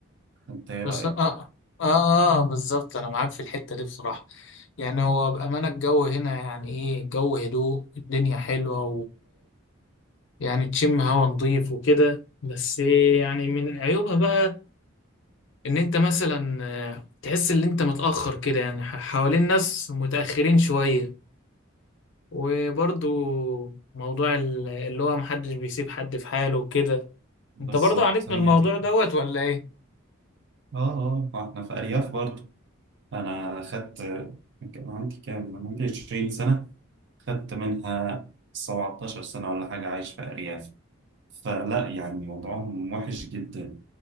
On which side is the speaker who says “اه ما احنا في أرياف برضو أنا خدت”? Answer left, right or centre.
Right